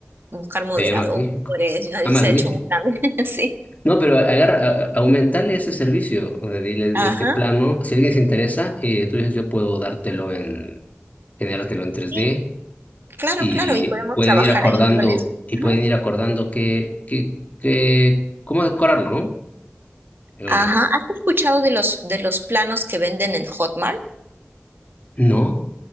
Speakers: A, on the right (about 55°); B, on the left (about 40°).
A: buscar moderadores,
B: Sería magnífico.
A: y ahí
B: Ah, magnífico.
A: se ha hecho un plan, <laughs> sí.
B: No, pero agarra, a- a- aumentarle ese servicio, o de- dile
A: Ajá,
B: este plano. Si alguien se interesa, eh, tú dices, yo puedo dártelo en, generártelo en 3D
A: sí, claro,
B: y
A: claro, y podemos
B: pueden
A: trabajar
B: ir acordando,
A: ahí con eso.
B: y
A: Ajá.
B: pueden ir acordando que, que, que, cómo decorarlo, ¿no? En
A: Ajá,
B: una de esas.
A: ¿has escuchado de los, de los planos que venden en Hotmart?
B: No,